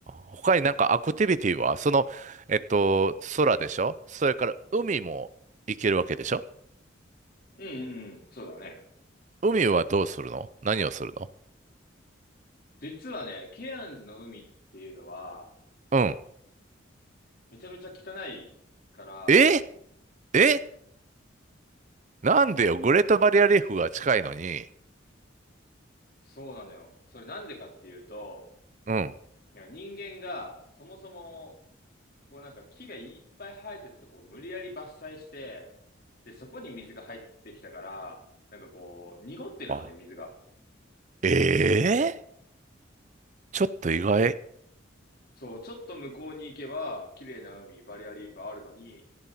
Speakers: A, on the right; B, on the left.
A: 他になんかアクティビティは、その、えっと、空でしょそれから海も行けるわけでしょ
B: うんうんうん。そうだね。
A: 海はどうするの何をするの
B: 実はね、ケアンズの海っていうのは、
A: うん。
B: めちゃめちゃ汚いから、
A: ええなんでよ、
B: そ
A: グレートバリアリーフが近いのに。
B: う、そうなのよ。それなんでかっていうと、
A: うん。
B: なんか人間がそもそも、こうなんか木がいっぱい生えてたとこを無理やり伐採して、で、そこに水が入ってきたから、なんかこう、濁ってるのね、
A: あ、
B: 水が。
A: ええちょっと意外。
B: そう、ちょっと向こうに行けば、綺麗な海、バリアリーフあるのに、